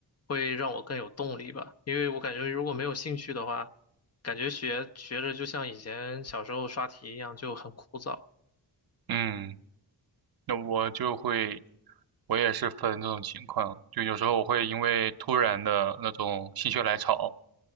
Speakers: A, on the left; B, on the right.
A: 会让我更有动力吧，因为我感觉如果没有兴趣的话，感觉学学着就像以前小时候刷题一样，就很枯燥。
B: 嗯。那我就会，我也是分这种情况，就有时候我会因为突然的那种心血来潮，